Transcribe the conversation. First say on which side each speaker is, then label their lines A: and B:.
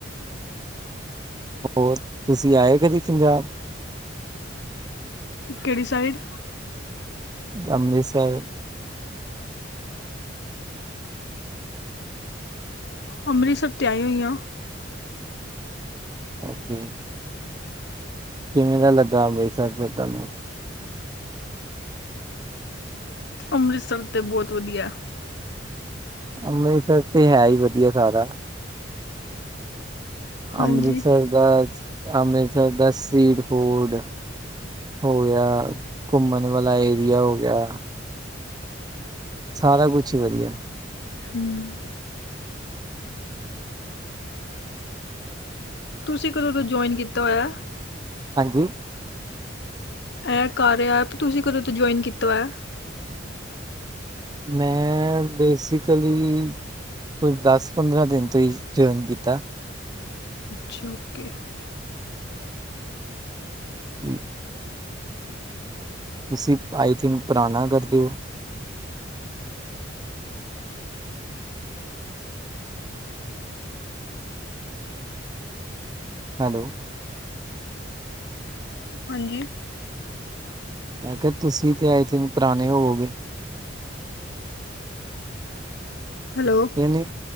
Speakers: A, on the right; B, on the left.
A: ਹੋਰ, ਤੁਸੀਂ ਆਏ ਕਦੀ ਪੰਜਾਬ?
B: ਕੇਹੜੀ ਸਾਈਡ?
A: ਅੰਮ੍ਰਿਤਸਰ।
B: ਅੰਮ੍ਰਿਤਸਰ ਤੇ ਆਈ ਹੋਈ ਆਂ।
A: ਓਕੇ। ਕਿਵੇਂ ਦਾ ਲੱਗਾ ਅੰਮ੍ਰਿਤਸਰ ਫਿਰ ਤੁਹਾਨੂੰ?
B: ਅੰਮ੍ਰਿਤਸਰ ਤੇ ਬਹੋਤ ਵਧੀਆ ਏ।
A: ਅੰਮ੍ਰਿਤਸਰ ਤੇ ਹੈ ਈ ਵਧੀਆ ਸਾਰਾ।
B: ਹਾਂਜੀ
A: ਅੰਮ੍ਰਿਤਸਰ ਦਾ, ਅੰਮ੍ਰਿਤਸਰ ਦਾ ਸੀਡ ਫੂਡ। ਹੋ ਗਿਆ, ਘੁੰਮਣ ਵਾਲਾ ਏਰੀਆ ਹੋ ਗਿਆ। ਸਾਰਾ ਕੁਛ ਹੀ ਵਧੀਆ ਏ।
B: ਹੂੰ। ਤੁਸੀਂ ਕਦੋਂ ਦਾ ਜੋਇਨ ਕੀਤਾ ਹੋਇਆ?
A: ਹਾਂਜੀ?
B: ਏਹ ਕਾਰਆ ਐਪ, ਤੁਸੀਂ ਕਦੋਂ ਤੋਂ ਜੁਆਇਨ ਕੀਤਾ ਹੋਇਆ?
A: ਮੈਂ ਬੇਸਿਕਲੀ ਕੋਈ ਦਸ, ਪੰਦਰਾਂ ਦਿਨ ਤੋਂ ਈ ਜੁਆਇਨ ਕੀਤਾ।
B: ਅੱਛਾ, ਓਕੇ।
A: ਹੂੰ। ਤੁਸੀਂ ਆਈ ਥਿੰਕ, ਪਰਾਣਾ ਕਰ ਦੇ ਔ? ਹੈਲੋ।
B: ਹਾਂਜੀ।
A: ਮੈਂ ਕਿਹਾ, ਤੁਸੀਂ ਤੇ ਆਈ ਥਿੰਕ ਪੁਰਾਣੇ ਹੋਵੋਗੇ?
B: ਹੈਲੋ।
A: ਕੇ ਨਈ,